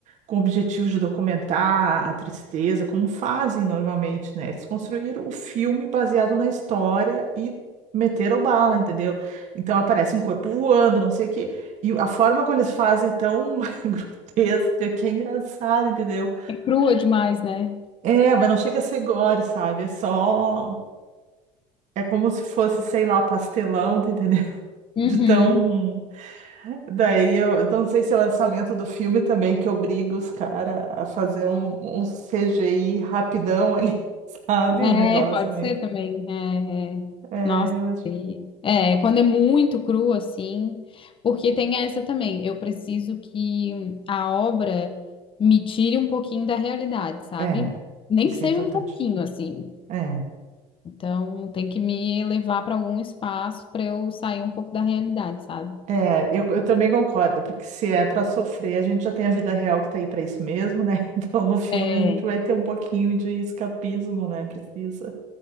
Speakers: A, on the right (about 55°); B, on the left (about 35°).
A: com o objetivo de documentar a tristeza, como fazem normalmente, né? Eles construíram o filme baseado na história e meteram bala, entendeu? Então, aparece um corpo voando, não sei o quê. E a forma como eles fazem é tão <laughs> grotesca que é engraçado, entendeu?
B: É crua demais, né?
A: É, mas não chega a ser gore, sabe? É só. É como se fosse, sei lá, pastelão, tá entendendo? <laughs>
B: Uhum.
A: De tão Daí eu eu não sei se é o orçamento do filme também que obriga os caras a fazer um, um CGI rapidão ali, <laughs> sabe?
B: É,
A: Um negócio
B: pode
A: meio.
B: ser também. É, é.
A: É,
B: Nossa,
A: eu acho.
B: feia. é, quando é muito cru assim, porque tem essa também. Eu preciso que a obra me tire um pouquinho da realidade, sabe?
A: É,
B: Nem
A: isso
B: que seja
A: é importante.
B: um pouquinho assim.
A: É.
B: Então, tem que me levar para algum espaço para eu sair um pouco da realidade, sabe?
A: É, eu, eu também concordo, porque se é pra sofrer, a gente já tem a vida real que tá aí pra isso mesmo, né? <laughs> Então no filme
B: É,
A: a gente vai ter um pouquinho de escapismo, né? Precisa.